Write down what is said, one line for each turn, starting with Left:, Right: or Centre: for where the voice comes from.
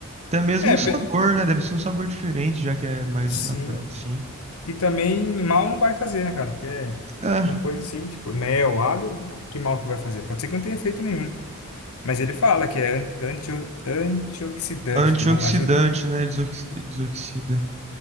Right: até mesmo
Left: É,
Right: o sabor,
Left: pe-
Right: né? Deve ser um sabor diferente, já que é mais
Left: sim.
Right: natural assim.
Left: E também mal não vai fazer, né, cara? Porque é-
Right: É.
Left: são coisas assim, tipo, mel, alho, que mal que vai fazer? Pode ser que não tenha efeito nenhum, mas ele fala que é anti, anti- antioxidante,
Right: Antioxidante,
Left: tipo, ajuda,
Right: né? Desoxi- Desoxida.